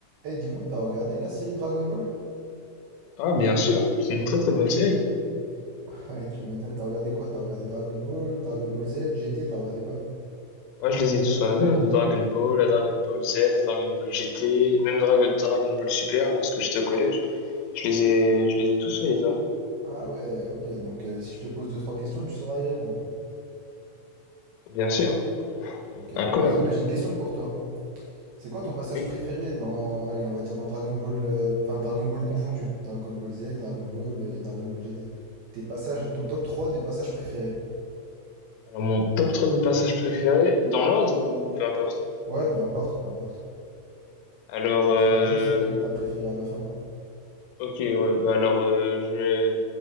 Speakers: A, on the right; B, on the left.
A: Eh, dis-moi, t'as regardé la série Dragon Ball?
B: Ah, bien sûr, c'est une très très bonne série.
A: <laughs> Ouais, tu m'étonnes, t'as regardé quoi? T'as regardé Dragon Ball, Dragon Ball Z, GT, t'as regardé quoi?
B: Ouais, je les ai tous regardés, hein, de Dragon Ball à Dragon Ball Z, à Dragon Ball GT, même Dragon, Dragon Ball Super lorsque j'étais au collège. Je les ai, je les ai tous faits, toi.
A: Ah ouais, ok, donc euh, si je te pose deux, trois questions, tu sauras y répondre.
B: Bien sûr,
A: Ok,
B: incollable.
A: bah vas-y, bah, j'ai une question pour toi. C'est quoi ton passage
B: Oui.
A: préféré dans, allez, on va dire dans Dragon Ball, euh, enfin Dragon Ball confondu, Dragon Ball Z, Dragon Ball et Dragon Ball GT. Tes passages, ton top 3 des passages préférés.
B: Alors, mon top 3 des passages préférés, dans l'ordre ou peu importe?
A: Ouais, peu importe, peu importe.
B: Alors,
A: Tu me
B: euh,
A: diras juste c'est lequel que t'as préféré à la fin, quoi.
B: ok, ouais, bah alors, euh, je vais-